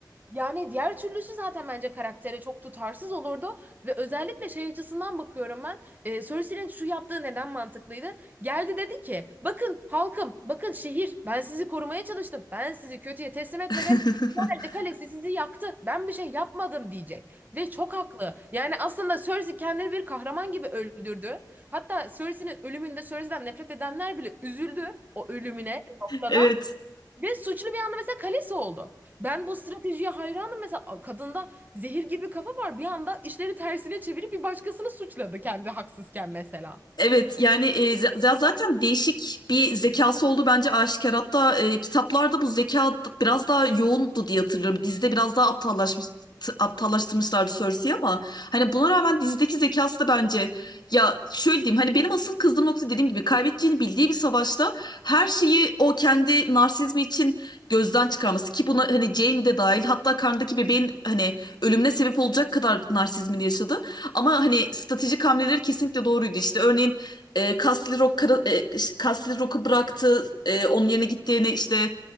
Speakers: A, on the right; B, on the left.
A: Yani diğer türlüsü zaten bence karaktere çok tutarsız olurdu ve özellikle şey açısından bakıyorum ben. E, Cersei'nin şu yaptığı neden mantıklıydı? Geldi dedi ki bakın halkım bakın şehir ben sizi korumaya çalıştım ben sizi kötüye teslim etmedim.
B: <laughs>
A: Geldi kalesi sizi yaktı ben bir şey yapmadım diyecek ve çok haklı. Yani aslında Cersei kendini bir kahraman gibi öldürdü. Hatta Cersei'nin ölümünde Cersei'den nefret edenler bile üzüldü o ölümüne bir noktada.
B: Evet.
A: Ve suçlu bir anda mesela kalesi oldu. Ben bu stratejiye hayranım. Mesela a- kadında zehir gibi kafa var. Bir anda işleri tersine çevirip bir başkasını suçladı kendi haksızken mesela.
B: Evet yani e, z- z- zaten değişik bir zekası oldu bence aşikar. Hatta e, kitaplarda bu zeka d- biraz daha yoğundu diye hatırlıyorum. Dizide biraz daha aptallaşmış t- aptallaştırmışlardı Cersei'yi ama hani buna rağmen dizideki zekası da bence ya şöyle diyeyim hani benim asıl kızdığım nokta dediğim gibi kaybedeceğini bildiği bir savaşta her şeyi o kendi narsizmi için gözden çıkarması ki buna hani Jaime de dahil hatta karnındaki bebeğin hani ölümüne sebep olacak kadar narsizmini yaşadı. Ama hani stratejik hamleleri kesinlikle doğruydu. İşte örneğin e, Castle Rock, kara- e, Castle Rock'u bıraktı. E, onun yerine gittiğini işte